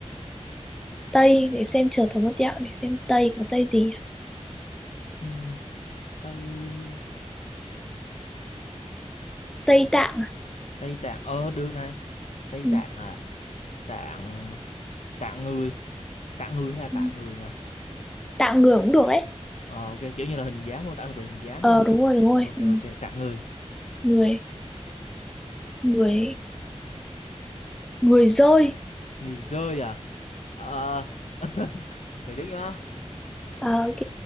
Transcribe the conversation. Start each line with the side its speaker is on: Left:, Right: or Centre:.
Centre: tây để xem chờ thử một tẹo để xem tây có tây gì nhỉ?
Left: Ừm, tây
Centre: tây tạng à?
Left: Tây Tạng ờ được này Tây
Centre: Ừm,
Left: Tạng à Tạng Tạng người Tạng người hay là tạng
Centre: ừm.
Left: người nhỉ
Centre: tạng người cũng được đấy
Left: ờ, ok kiểu như là hình dáng mô tả về hình dáng
Centre: ờ
Left: đúng không
Centre: đúng rồi đúng rồi
Left: ok
Centre: Ừm,
Left: ok tạng người
Centre: người người người dơi
Left: người dơi à ờ <laughs> chờ chút nhá
Centre: ờ ok